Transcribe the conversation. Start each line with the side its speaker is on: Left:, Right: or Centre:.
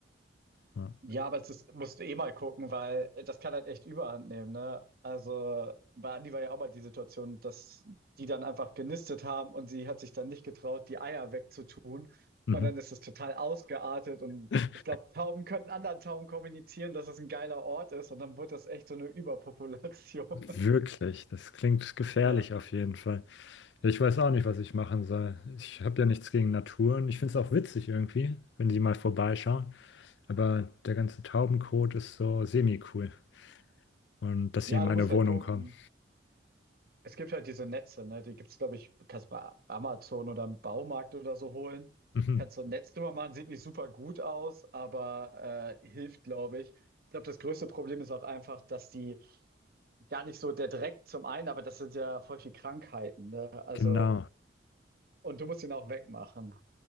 Left: Ja.
Right: Ja, aber das musst du eh mal gucken, weil das kann halt echt Überhand nehmen, ne? Also bei Andi war ja auch mal die Situation, dass die dann einfach genistet haben und sie hat sich dann nicht getraut, die Eier wegzutun.
Left: Mhm.
Right: Und dann ist es total ausgeartet und
Left: <laughs>
Right: ich glaube, Tauben können anderen Tauben kommunizieren, dass es ein geiler Ort ist und dann wird das echt so eine Überpopulation.
Left: Wirklich, das klingt gefährlich
Right: <laughs> Ja.
Left: auf jeden Fall. Ich weiß auch nicht, was ich machen soll. Ich habe ja nichts gegen Natur und ich finde es auch witzig irgendwie, wenn die mal vorbeischauen. Aber der ganze Taubenkot ist so semi-cool. Und dass
Right: Ja,
Left: sie in meine
Right: du musst
Left: Wohnung
Right: halt gucken.
Left: kommen.
Right: Es gibt halt diese Netze, ne? Die gibt's, glaube ich, kannst du bei Amazon oder im Baumarkt oder so holen.
Left: Mhm.
Right: Kannst so ein Netz drüber machen, sieht nicht super gut aus, aber äh, hilft, glaube ich. Ich glaube, das größte Problem ist auch einfach, dass die gar nicht so der Dreck zum einen, aber das sind ja voll viel Krankheiten, ne? Also,
Left: Genau,
Right: und du musst ihn auch wegmachen.